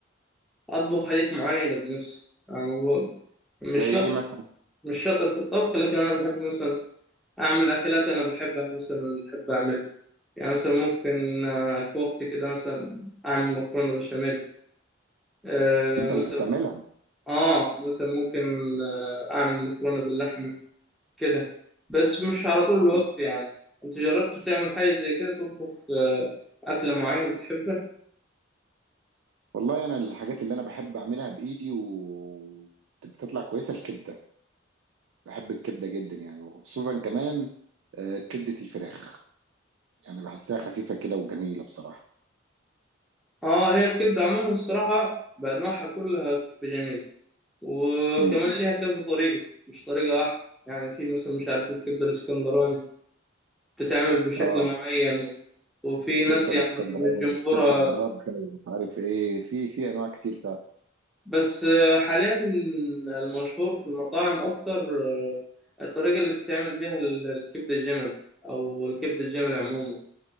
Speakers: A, in the centre; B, on the right.
A: أطبخ حاجات معينة بنفسي يعني ب- مش
B: زي
A: شاطر
B: ايه مثلا
A: في- مش شاطر في الطبخ لكن أنا بحب مثلا أعمل أكلات أنا بحبها مثلا بحب أعمل يعني مثلا ممكن آه، في وقت كده مثلا أعمل مكرونة بشاميل آه،
B: انت اللي
A: مثلا
B: بتعملها
A: آه مثلا ممكن آه، أعمل مكرونة باللحمة كده بس مش على طول الوقت
B: مم.
A: يعني أنت جربت تعمل حاجة زي كده تطبخ آه، أكلة معينة بتحبها؟
B: والله انا الحاجات اللي انا بحب اعملها بايدي و بتطلع كويسه الكبده بحب الكبده جدا يعني وخصوصا كمان آه، كبده الفراخ يعني بحسها خفيفه كده وجميله بصراحه
A: اه هي الكبدة عموما الصراحة بأنواعها كلها بتبقى جميلة وكمان
B: مم.
A: ليها كذا طريقة مش طريقة واحدة يعني في مثلا مش عارف الكبدة الاسكندراني بتتعمل بشكل
B: اه
A: معين و... وفي ناس
B: كبده
A: يعني
B: الاسكندراني
A: من جمهورها
B: كبده بالرده ومش عارف ايه في في انواع كتير فيها
A: بس آه، حاليا المشهور في المطاعم أكتر آه، الطريقة اللي بتتعمل بيها ال- الكبدة الجملي أو الكبدة الجملي عموما